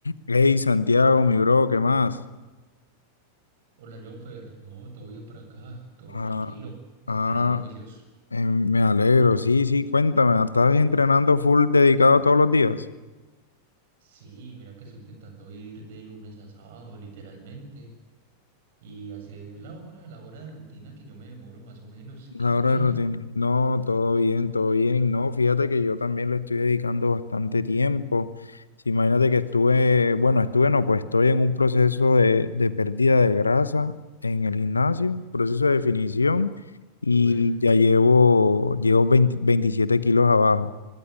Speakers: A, on the left; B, on the right.
A: Hey, Santiago, mi bro, ¿qué más?
B: Hola Jonfer, no, todo bien por acá, todo
A: Ah,
B: tranquilo, entrenando
A: ah,
B: juicioso.
A: em, me alegro, sí, sí, cuéntame, ¿estás entrenando full dedicado todos los días?
B: Sí, mira que estoy intentando ir de lunes a sábado, literalmente, y hacer la hora, la hora de rutina que yo me demoro más o menos.
A: La
B: ¿Y tú
A: hora
B: qué?
A: de rutina. No, todo bien, todo bien, no, fíjate que yo también le estoy dedicando bastante tiempo. Sí, imagínate que estuve, bueno, estuve, no, pues estoy en un proceso de, de pérdida de grasa en el gimnasio, proceso de
B: Qué,
A: definición,
B: bu-
A: y
B: qué bueno.
A: ya llevo, llevo 20 27 kilos abajo.